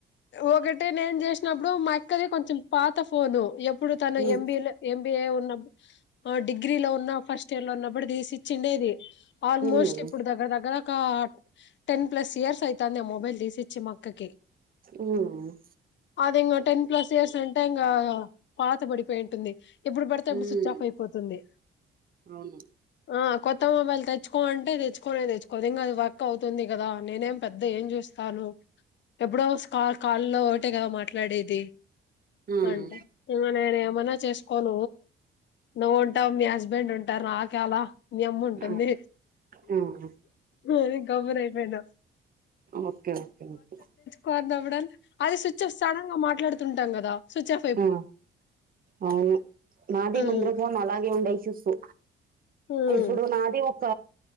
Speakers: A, on the left; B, on the right.
A: ఒకటి నేను చేసినప్పుడు మా అక్కది కొంచెం పాత ఫోను ఎప్పుడు తను
B: మ్మ్
A: ఎంబీలో ఎం బీ ఏ ఉన్న ఆ డిగ్రీలో ఉన్న ఫస్ట్ ఇయర్ లో ఉన్నప్పుడు తీసి ఇచ్చిండేది ఆల్మోస్ట్
B: మ్మ్
A: ఇప్పుడు దగ్గరగ్గర ఒక టెన్ ప్లస్ ఇయర్స్ అయితంది మొబైల్ తీసి ఇచ్చి మా అక్కకి
B: ఉ ఆ
A: అది ఇంగా టెన్ ప్లస్ ఇయర్స్ అంటే ఇంగా పాత పడిపోయింటుంది ఏప్పుడు పడితే అప్పుడు
B: మ్మ్
A: స్విచ్ ఆఫ్ అయిపోతుంది
B: అవును
A: ఆ కొత్త మొబైల్ తెచ్చుకో అంటే తెచ్చుకునే తెచ్చుకోదు ఇంగా అది వర్క్ అవుతుంది కదా నేనేం పెద్ద ఏం చేస్ స్తాను ఎప్పుడో కాళ్ల్లో ఒకటే కదా మాట్లాడేది
B: మ్మ్
A: అంట నువ్వు నేను ఏమైన్నా చేసుకోవ్ నువ్వు ఉంటావు మీ హస్బెండ్ ఉంటారు నాక్ ఏలా మీ అమ్ముంటుంది
B: ఆ మ్మ్
A: అని గమ్మున అయిపోయినా
B: ఓకే ఓకే ఓకే
A: కొందమడ్దన్ ఆది స్విచ్ఫ్ సడన్ గా మాట్లాడుతుంటాం కదా స్విచ్ఫ్
B: ఆ అవును నాది
A: ఉమ్
B: ముందర ఫోన్ అలాగే ఉండేయి చూసు
A: హు
B: ఇప్పుడు నాది ఒక